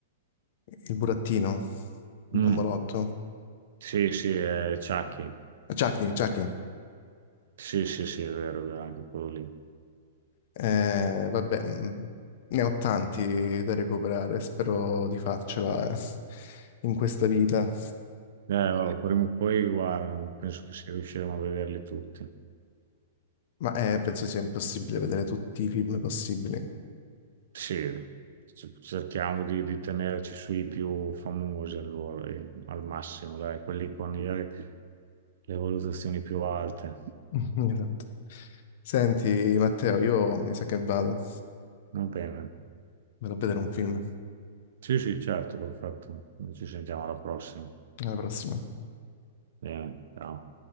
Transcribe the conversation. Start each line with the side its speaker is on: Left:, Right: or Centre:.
Left: il burattino, il
Right: Mm.
Left: bambolotto.
Right: Sì, sì, è Chucky.
Left: Chucky, Chucky.
Right: Sì, sì, sì, è vero, è vero, anche quello lì.
Left: Eh, vabbè, mh, ne ho tanti da recuperare, spero di farcela eh, in questa vita,
Right: Eh, allora, prima o poi, guarda, penso che si riusciremo a vederli tutti.
Left: ma eh, penso sia impossibile vedere tutti i film possibili.
Right: Sì, c- cerchiamo di, di tenerci sui più famosi allora, e al massimo, dai, quelli con le, le valutazioni più alte.
Left: <laughs> Esatto. Senti, Matteo, io mi sa che vado,
Right: Va bene.
Left: vado a vedere un film.
Right: Sì, sì, certo, perfetto. Ci sentiamo alla prossima.
Left: Alla prossima.
Right: Bene, ciao.